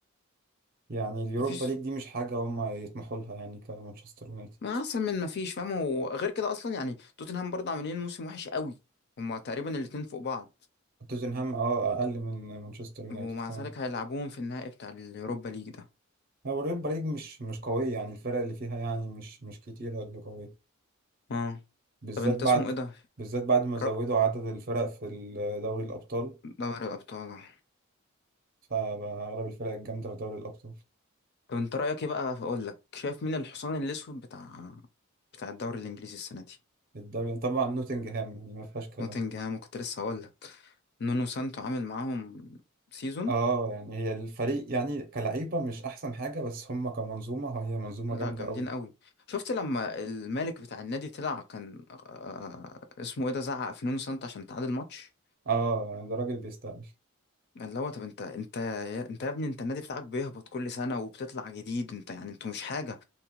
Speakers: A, on the right (about 45°); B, on the left (about 50°).
A: يعني اليوروبا
B: مفيش
A: ليج دي مش حاجه هم يطمحوا لها يعني كمانشستر يونايتد
B: ما احسن من مفيش فاهم وغير كده اصلا يعني توتنهام برضه عاملين موسم وحش قوي هما تقريبا الاتنين فوق بعض
A: توتنهام اه اقل من مانشستر يونايتد
B: ومع
A: كمان
B: ذلك هيلعبوهم في النهائي بتاع اليوروبا ليج ده
A: هو اليوروبا ليج مش مش قويه يعني الفرق اللي فيها يعني مش مش كتيره اللي قويه
B: اه
A: بالذات
B: طب انت
A: بعد
B: اسمه ايه ده
A: بالذات بعد ما زودوا
B: رأ...
A: عدد الفرق في ال- دوري الابطال
B: دوري الابطال آه.
A: فأغلب الفرق الجامدة في دوري الأبطال
B: طب انت رايك ايه بقى اقول لك شايف مين الحصان الاسود بتاع بتاع الدوري الانجليزي السنه دي
A: الدوري طبعا نوتنجهام يعني ما فيهاش كلام
B: نوتنجهام كنت لسه هقول لك نونو سانتو عامل معاهم سيزون
A: اه يعني هي الفريق يعني كلعيبة مش أحسن حاجة بس هم كمنظومة هي منظومة
B: لا
A: جامدة
B: جامدين
A: أوي
B: قوي شفت لما الملك بتاع النادي طلع كان آه اسمه ايه ده زعق في نونو سانتو عشان تعادل ماتش
A: اه يعني ده راجل بيستاهل
B: اللي هو طب انت انت يا- انت يا ابني انت النادي بتاعك بيهبط كل سنه وبتطلع جديد انت يعني انتوا مش حاجه